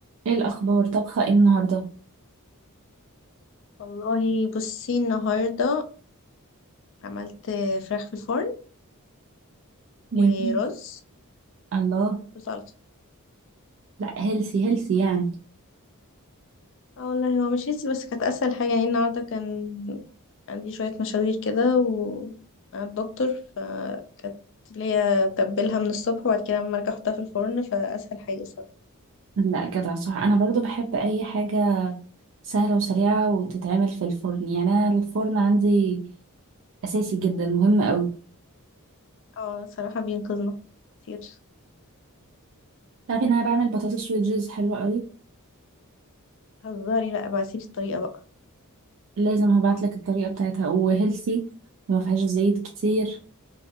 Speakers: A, on the right; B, on the left.
A: ايه الاخبار طبخه ايه النهارده
B: والله بصي النهاردة عملت فراخ في الفرن
A: جميل
B: ورز
A: الله
B: وسلطة
A: لا هيلسي هيلسي يعني
B: اه والله هو مش هيسي بس كانت أسهل حاجة يعني النهاردة كان عندي شوية مشاوير كده و مع الدكتور فكانت ليا تبلها من الصبح وبعد كده لما ارجع احطها في الفرن فأسهل حاجة الصراحة
A: لا جدع صح انا برضو بحب اي حاجه سهله وسريعه وتتعمل في الفرن يعني انا الفرن عندي اساسي جدا مهم قوي
B: اه صراحة بينقذنا كتير
A: تعرفي ان انا بعمل بطاطس ويدجز حلوه قوي
B: هزاري لا ابعتيلي الطريقة بقى
A: لازم هبعت لك الطريقه بتاعتها وهيلسي وما فيهاش زيت كتير